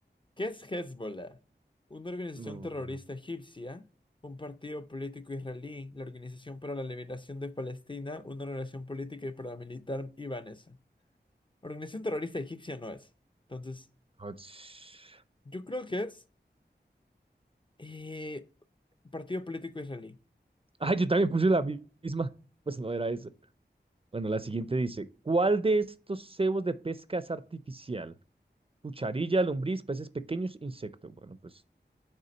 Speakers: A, on the left (about 25°); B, on the right (about 30°).
A: ¿Qué es Hezbollah? Una organización
B: No,
A: terrorista
B: no.
A: egipcia, un partido político israelí, la Organización para la Liberación de Palestina, una organización política y paramilitar ibanesa. Organización terrorista egipcia no es. Entonces,
B: Ach.
A: yo creo que es eh, partido político israelí.
B: Ay, yo también puse la mi- misma. <laughs> Pues no era eso. Bueno, la siguiente dice, ¿cuál de estos cebos de pesca es artificial? Cucharilla, lombriz, peces pequeños, insecto. Bueno, pues